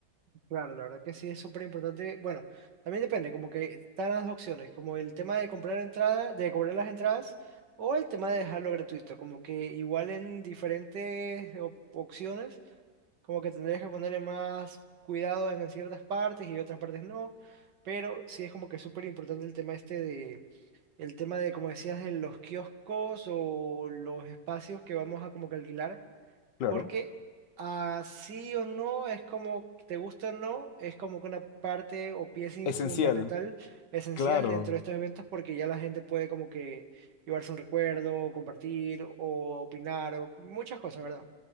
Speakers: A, on the right (about 80°); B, on the left (about 85°).
A: Claro, la verdad que sí es súper importante. Bueno, también depende, como que están las dos opciones, como el tema de comprar entrada, de cobrar las entradas, o el tema de dejarlo gratuito, como que igual en diferentes op- opciones, como que tendrías que ponerle más cuidado en ciertas partes y otras partes no, pero sí es como que súper importante el tema este de, el tema de, como decías, de los kioscos o los espacios que vamos a como que alquilar
B: Claro.
A: porque así o no, es como, te gusta o no, es como que una parte o pieza in-
B: Esencial,
A: fundamental, esencial
B: claro.
A: dentro de estos eventos, porque ya la gente puede como que llevarse un recuerdo, compartir o opinar o muchas cosas, ¿verdad?